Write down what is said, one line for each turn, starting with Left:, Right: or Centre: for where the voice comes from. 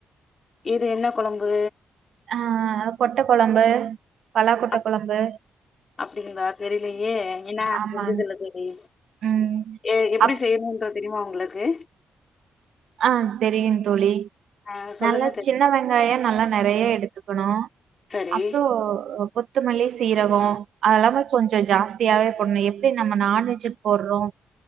Left: இது என்ன கொழம்பு
Right: ஆ கொட்ட குழம்பு பலா கொட்ட
Left: அப்
Right: கொழம்பு
Left: அப்டிங்களா தெரிலையே ஏன்னா அது
Right: ஆமாங்க.
Left: செஞ்சதுல்ல தோழி
Right: ம்.
Left: எ எப்டி
Right: அப்
Left: செய்யணுன்ற தெரியுமா உங்களுக்கு
Right: ஆ தெரியும் தோழி
Left: ஆ சொல்லுங்க
Right: நல்லா
Left: தோழி
Right: சின்ன வெங்காயம் நல்லா நெறையா எடுத்துக்கணு
Left: சரி
Right: அப்புறோ கொத்தமல்லி சீரகொ அதெல்லாமே கொஞ்சொ ஜாஸ் தியாவை போடுனு எப்டி நம்ம நான்வெஜுக்கு போடுறோ